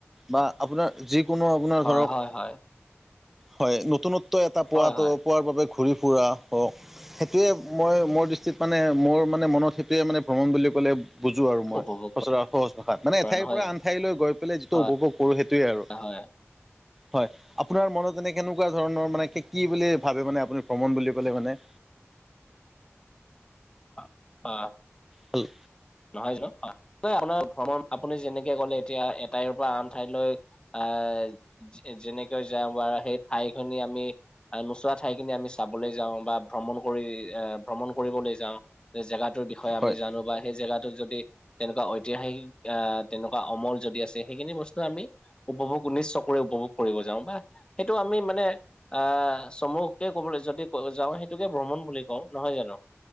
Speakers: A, in the centre; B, on the left.
A: বা আপোনাৰ যিকোনো পোনাৰ
B: হয়
A: ধৰক,
B: হয় হয়
A: হয়, নতুনত্ব এটা পোৱাটো
B: হয় হয়
A: পোৱাৰ বাবে ঘূৰি ফুৰা। <unintelligible> সেইটোৱে মই মোৰ দৃষ্টিত মানে মোৰ মানে মনত সেইটোৱে মানে ভ্ৰমণ বুলি ক'লে। বুজো আৰু মই
B: উপভোগ
A: সচৰা সহজ ভাষাত মানে
B: কৰা
A: এঠাইৰ
B: নহয়
A: পৰা
B: জানো
A: আন ঠাইলৈ গৈ পেলাই যিটো
B: হয়
A: উপভোগ কৰো সেইটোৱে আৰু।
B: হয়।
A: হয়, আপোনাৰ মনত এনে কেনেকুৱা ধৰণৰ মানে কি বুলি ভাবে মানে আপুনি ভ্ৰমণ বুলি ক'লে মানে।
B: অ', হয়।
A: হল
B: নহয় জানো হয় আপোনাৰ ভ্ৰমণ আপুনি যেনেকে কলে এতিয়া এঠাইৰ পৰা আন ঠাইলৈ আহ - যেনেকৈ যাওঁ বাৰু সেই ঠাই খিনি আমি - নোচোৱা ঠাইখিনি আমি চাবলৈ যাওঁ বা ভ্ৰমণ কৰি আহ ভ্ৰমণ কৰিবলৈ যাওঁ - যে জেগাটোৰ বিষয়ে
A: হয়
B: আমি জানো বা সেই জেগাত - টো যদি তেনেকুৱা ঐতিহাসিক আহ তেনেকুৱা অমল যদি আছে সেইখিনি বস্তু আমি - উপভোগ নিচ চকুৰে উপভোগ কৰিব যাও বা সেইটো আমি মানে - আহ চমুককে কবলৈ যদি যাওঁ সেইটোকে ভ্ৰমণ বুলি কওঁ নহয় জানো?